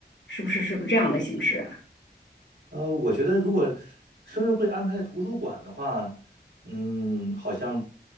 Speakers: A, on the left; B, on the right.
A: 是不是是不是这样的形式啊？
B: 呃，我觉得如果生日会安排在图书馆的话，嗯，好像